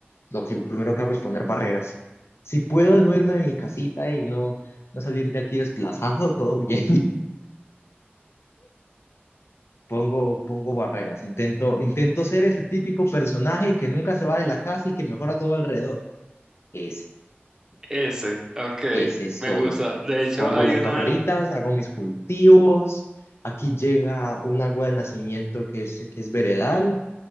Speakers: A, on the left; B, on the right.
A: Lo que primero que hago es poner barreras. Si puedo no irme de mi casita y no, no salir de aquí desplazado, <laughs> todo bien. Pongo, pongo barreras, intento, intento ser ese típico personaje que nunca se va de la casa y que mejora todo alrededor. Ese,
B: Ese, ok,
A: ese soy.
B: me gusta. De hecho,
A: Pongo
B: hay
A: las
B: una,
A: barreritas, hago mis cultivos. Aquí llega un agua de nacimiento que es, que es veredal,